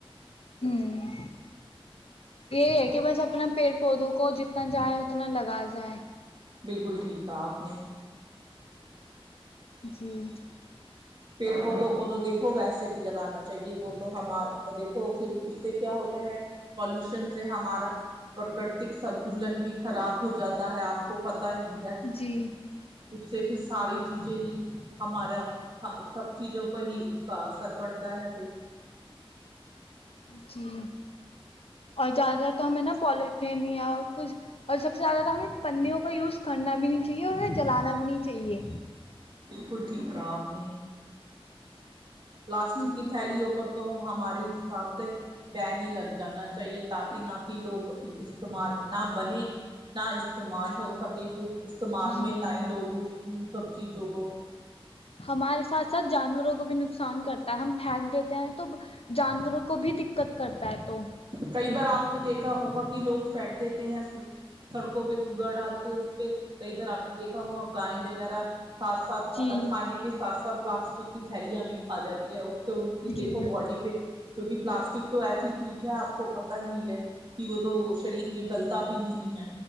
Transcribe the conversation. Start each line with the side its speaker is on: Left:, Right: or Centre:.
Left: ہوں یہی ہے کہ بس اپنا پیڑ پودوں کو جتنا جاہیں اتنا لگا جائے
Right: بالکل ٹھیک تھا آپ نے
Left: جی <inaudible>
Right: پ کو دو کووں دیکھو ویسے بھی لگانا چاہیے وہ تو ہم دیکھو پھر اس سے کیا ہوتا ہے پالوشن سے ہمارا پراکرتک سنتولن بھی خراب ہو جاتا ہے آپ کو پ پ ہی
Left: جی
Right: اس سے پھر ساری چیزیں ہی ہمارا سب چیزوں پہ ہی اس کا اثر پڑتا ہے پھر
Left: جھی اور زدہر تو ہمیں نا پولیتھین یا کچھ اور سب سے زیادہ تو ہمیں پنیوں کا یوز کرنا بھی نہیں چاہیے اور انہیں جلانا بھی نہیں چاہیے
Right: بالکل ٹھیک کہا آپ نے پلاسٹک
Left: ہوں
Right: کی تھیلیوں پر تو وہاں ہمارے حساب سے ب نہیں لگ جانا چاہیے تاکہ نہ کہ لوگ استعمال نہ بنے نہ استعمال ہو سکے پھر استعمال
Left: جی
Right: میں لائے لوگ اس ان سب چیزوں کو
Left: ہمارے ساتھ ساتھ جانوروں کو بھی نقصان کرتا ہے ہم پھینک دیتے ہیں تو جانوروں کو بھی دقت کرتا ہے تو
Right: کئی بار آپ نے دیکھا ہوگا کہ لوگ پھینٹ دیتے ہیں سڑکوں پہ کوڑا ڈال کے اس پہ کئی بار آپ نے دیکھا ہوا گائےیں وغیرہ ساتھ ساتھ
Left: جی
Right: کھانے کے ساتھ ساتھ پلاسٹک تھیلیاں بھی کھا جاتی ہیں اس سے ان کی
Left: جی
Right: دیکھو باڈی پہ توک <inaudible> پلاسٹک تو ایسی چیز ہے آپ کو پتا ہی ہے کہ وہ تو شریر میں گلتا بھی نہیں ہے